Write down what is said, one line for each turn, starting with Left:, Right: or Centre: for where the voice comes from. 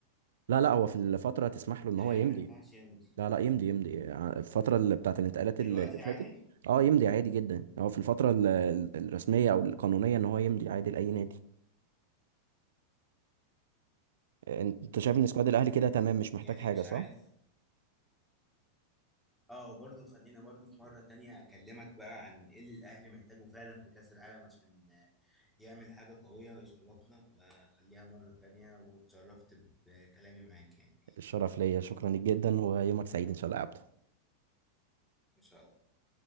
Right: لا لا هو في الفتره تسمح له ان
Centre: تقريبا
Right: هو يمضي
Centre: ما ينفعش يمضي
Right: لا لا يمضي يمضي ع- الفتره اللي بتاعت الانتقالات
Centre: دلوقتي
Right: اللي اللي فاتت
Centre: عادي
Right: اه يمضي عادي جدا هو في الفتره ال- ال- الرسميه او القانونيه ان هو يمضي عادي لاي نادي انت انت شايف
Centre: طب
Right: ان سكواد
Centre: آه،
Right: الاهلي كده تمام مش محتاج
Centre: يعني
Right: حاجه
Centre: مش
Right: صح
Centre: عارف اه وبرضه خلينا برضه في مرة تانية أكلمك بقى عن إيه اللي الأهلي محتاجه فعلا في كأس العالم عشان آه، يعمل حاجة قوية ويشرفنا فخليها مرة تانية واتشرفت بكلامي معاك يعني
Right: الشرف ليا شكرا لك جدا ويومك سعيد ان شاء الله يا عبد
Centre: إن شاء الله